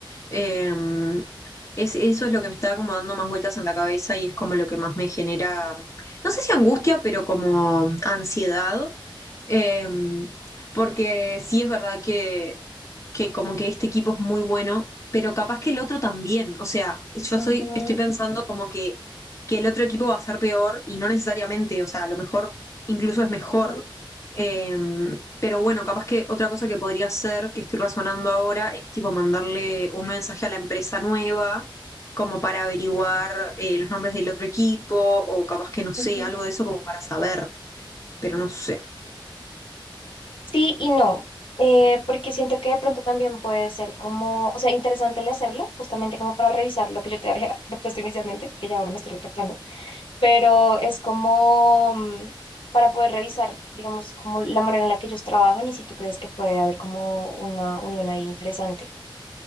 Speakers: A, on the left; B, on the left.
A: Eh, es, eso es lo que me está como dando más vueltas en la cabeza y es como lo que más me genera, no sé si angustia, pero como ansiedad, eh, porque sí es verdad que, que como que este equipo es muy bueno, pero capaz que el otro también, o sea, yo
B: Ujú,
A: soy, estoy pensando como que, que el otro equipo va a ser peor y no necesariamente, o sea, a lo mejor incluso es mejor.
B: ujú,
A: Em, pero bueno, capaz que otra cosa que podría hacer, que estoy razonando ahora, es tipo mandarle un mensaje a la empresa nueva, como para averiguar eh, los nombres del otro equipo, o capaz que no sé,
B: ujú.
A: algo de eso como para saber, pero no sé.
B: Sí y no, eh, porque siento que de pronto también puede ser como, o sea, interesante el hacerlo, justamente como para revisar lo que yo te había <laughs> propuesto inicialmente, que ya ahora me estoy retractando, pero es como mm, para poder revisar, digamos, como la manera en la que ellos trabajan y si tú crees que puede haber como una unión ahí interesante